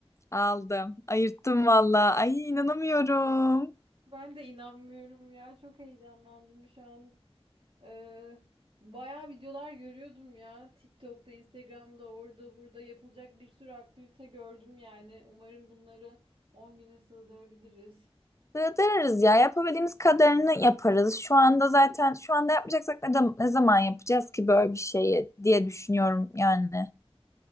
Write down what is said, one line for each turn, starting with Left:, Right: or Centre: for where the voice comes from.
Left: Aldım. Ayırttım valla. Ay inanamıyorum.
Right: Ben de inanmıyorum ya çok heyecanlandım şu an. Ee, bayağı videolar görüyordum ya. TikTok'ta, Instagram'da, orada burada yapılacak bir sürü aktivite gördüm yani. Umarım bunları 10 güne sığdırabiliriz.
Left: Sığdırırız ya. Yapabildiğimiz kadarını yaparız. Şu anda zaten şu anda yapmayacaksak ne, zam- ne zaman yapacağız ki böyle bir şeyi diye düşünüyorum yani.